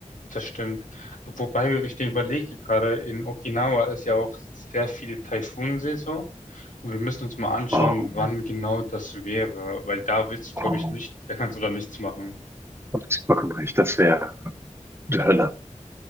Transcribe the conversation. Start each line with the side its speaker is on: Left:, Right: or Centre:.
Left: Das stimmt. Wobei ich dir überlege, gerade in Okinawa ist ja auch sehr viel Taifunsaison. Und wir müssen uns mal anschauen,
Right: Oh.
Left: wann genau das wäre. Weil da willst du, glaube
Right: Oh,
Left: ich, nicht, da kannst du da nichts machen.
Right: du hast vollkommen recht, das wäre die Hölle.